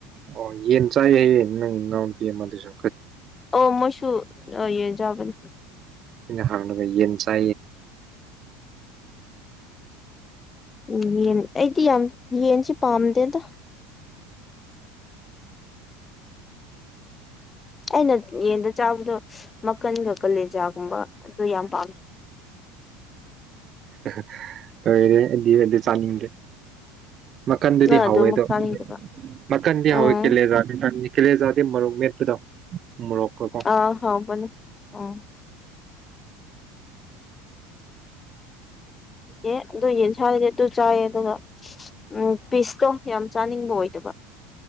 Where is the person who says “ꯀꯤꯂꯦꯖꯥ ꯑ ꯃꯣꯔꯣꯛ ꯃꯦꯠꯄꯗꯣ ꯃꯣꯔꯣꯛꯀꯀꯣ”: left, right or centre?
Right